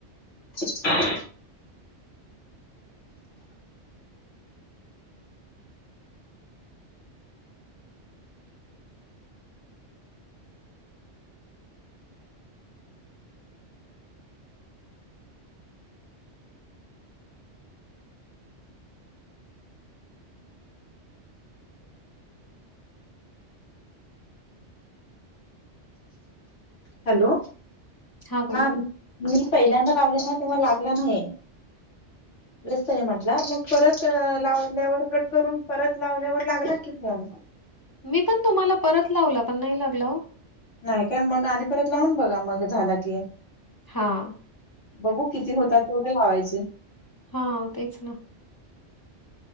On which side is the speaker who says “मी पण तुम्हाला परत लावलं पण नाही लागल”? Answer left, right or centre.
Left